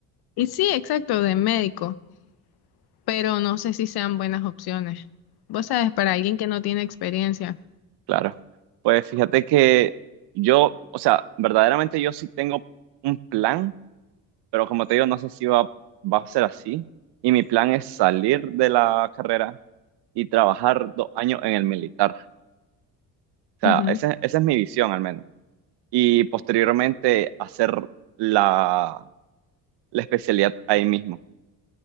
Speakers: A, on the left; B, on the right.
A: Y sí, exacto, de médico. pero no sé si sean buenas opciones. Vos sabes, para alguien que no tiene experiencia.
B: claro. Pues fíjate que yo, o sea, verdaderamente yo sí tengo un plan Pero como te digo, no sé si va, va a ser así. Y mi plan es salir de la carrera y trabajar dos años en el militar. O sea,
A: Ujú.
B: ese- esa es mi visión al menos. Y posteriormente hacer la, la especialidad ahí mismo.